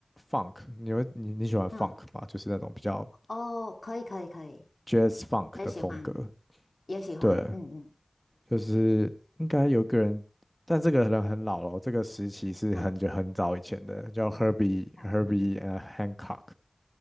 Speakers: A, in the centre; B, on the left.
A: funk，你会你你喜欢 funk
B: 嗯。
A: 吗？就是那种比较
B: 哦，可以可以可以，
A: jazz funk
B: 我也喜欢，
A: 的风格，
B: 也喜欢，
A: 对，
B: 嗯嗯
A: 就是应该有个人，但这个人很老了，这个时期是很久很早以前的，
B: 嗯，
A: 叫 Herbie
B: 哦
A: Herbie 呃 Hancock，